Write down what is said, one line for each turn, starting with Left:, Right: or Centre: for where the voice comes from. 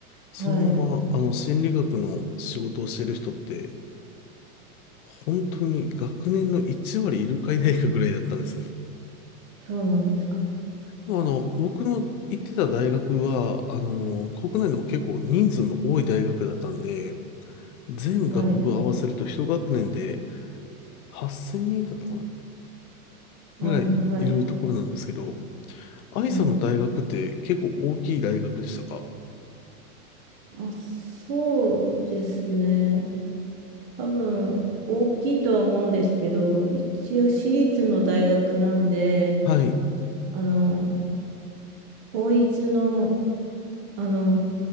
Left: そのまま、
Right: はい。
Left: あの、心理学の仕事をしてる人って、本当に学年の1割いるかいないかぐらいだったんですよね。
Right: そうなんですか。
Left: でもあの、僕の行ってた大学は、あの、国内でも結構人数の多い大学だったんで、全学部合わせると一学年で
Right: はい。
Left: 8000人だったかな
Right: ああ、
Left: ぐらいいるところなんですけど、
Right: はい。
Left: 愛さんの大学って結構大きい大学でしたか
Right: はい。まあ、そうですね。多分、大きいとは思うんですけど、一応私立の大学なんで、
Left: はい。
Right: あの、公立の、あの、